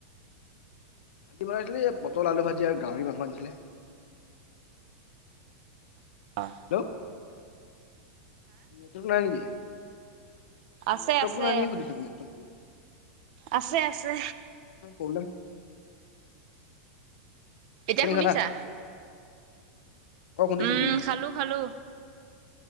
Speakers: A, on the left; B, on the right.
A: ভাজি বনাইছিলে, এই পটল আলু ভাজি আৰু গাহৰি মাংস আনিছিলে।
B: আঁ
A: হেল্ল'? নেটৱৰ্ক নাই নেকি?
B: আছে
A: নেটৱৰ্কটো
B: আছে,
A: নাই নেকি সুধিছো, নেটৱৰ্কটো?
B: আছে আছে।
A: প্ৰব্লেম
B: এতিয়া
A: আপুনি
B: শুনিছা?
A: খালা অ', শুনিছো
B: উম,
A: শুনিছো,
B: খালো খালো।